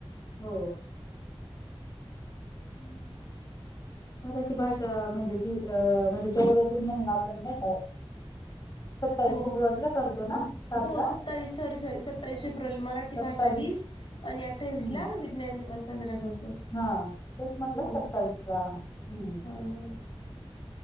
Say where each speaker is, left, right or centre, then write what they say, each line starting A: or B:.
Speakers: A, on the left; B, on the left.
A: हो.
B: हम्म.
A: मराठी भाषा म्हणजे म्हणजे चौराजून म्हणून आपण नेेतय. चाळीस
B: हो
A: फेब्रवला ब करतो. ना साजरा.
B: हो सत्तावीस सॉरी सॉरी सत्तावीस फेब्रुवल मराठी
A: सत्तावीस
B: भाषा दिस आणि अठ्ठावीस
A: हम्म
B: ला विज्ञान दिवस साजरा करतो.
A: हा तेच म्हटलं
B: हो
A: सत्तावीस ला हम्म.
B: ह ह